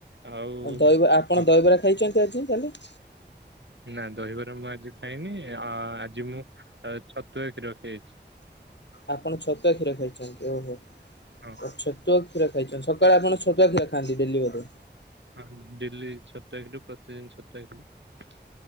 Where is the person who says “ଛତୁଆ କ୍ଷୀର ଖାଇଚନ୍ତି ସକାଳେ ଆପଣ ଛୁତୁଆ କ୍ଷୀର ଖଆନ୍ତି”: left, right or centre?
Left